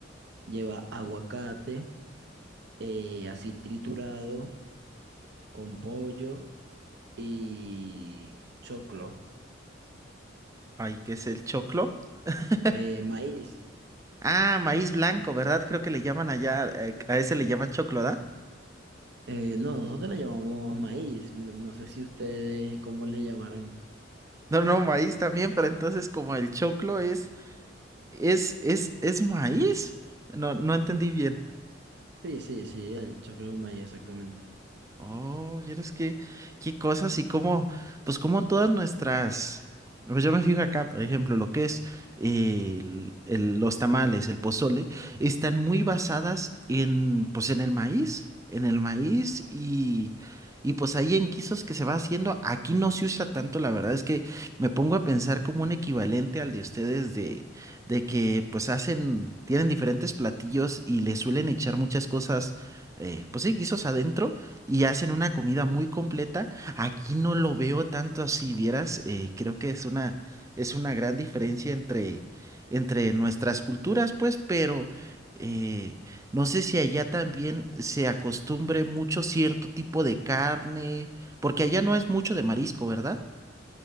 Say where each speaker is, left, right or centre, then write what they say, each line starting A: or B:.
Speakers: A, on the right; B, on the right.
A: Lleva aguacate eh, así triturado con pollo y choclo,
B: Ay, ¿qué es el choclo? <laughs>
A: eh, maíz.
B: Ah, maíz blanco, ¿verdad? Creo que le llaman allá, eh, a ese le llaman choclo, ¿da?
A: Eh, no, nosotros le llamamos maíz. No, no sé si ustedes cómo le llamarán.
B: No, no, maíz también, pero entonces como el choclo es, es, es, es maíz. No, no entendí bien.
A: Sí, sí, sí, el choclo es un maíz, exactamente.
B: Oh, y eres que, qué cosas y cómo, pues como todas nuestras, pues yo me fijo acá, por ejemplo, lo que es eh, el- el- los tamales, el pozole, están muy basadas en, pues en el maíz, en el maíz y, y pues ahí en guisos que se va haciendo, aquí no se usa tanto, la verdad es que me pongo a pensar como un equivalente al de ustedes de, de que pues hacen, tienen diferentes platillos y le suelen echar muchas cosas, eh, pues sí, guisos adentro y hacen una comida
A: Sí.
B: muy completa. Aquí no lo veo tanto así, vieras, eh, creo que es una, es una gran diferencia entre, entre nuestras culturas, pues, pero eh, no sé si allá también se acostumbre mucho cierto tipo de carne, porque allá no es mucho de marisco, ¿verdad?